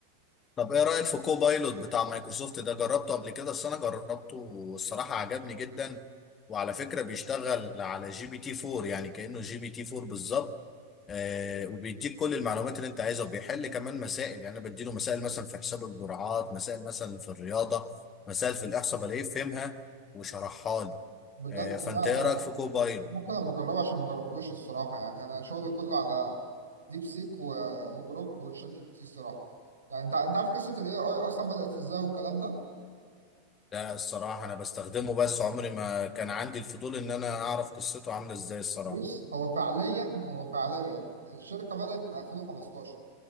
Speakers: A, on the left; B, on the right.
A: طب ايه رأيك في كوبايلوت بتاع مايكروسوفت ده جربته قبل كده بس انا جربته والصراحة عجبني جدا وعلى فكرة بيشتغل على جي بي تي 4 يعني كأنه جي بي تي 4 بالظبط آه وبيديك كل المعلومات اللي انت عايزها وبيحل كمان مسائل يعني انا بديله مسائل مثلا في حساب الجرعات مسائل مثلا في الرياضة مسائل في الإحصاء بلاقيه فهمها وشرحها لي
B: بجد
A: آه فانت
B: لا
A: ايه
B: ده
A: رأيك في كوبايلوت
B: ممكن انا بجربه عشان ما جربتوش الصراحه يعني انا شغلي كله على ديب سيك و- وجروك وشات جي بي تي الصراحه يعني انت انت عارف قصه الاي اي اصلا بدات ازاي والكلام ده
A: ده الصراحة انا بستخدمه بس عمري ما كان عندي الفضول ان انا اعرف قصته عاملة ازاي الصراحة
B: بص هو فعليا هو فعليا الشركة بدأت من 2015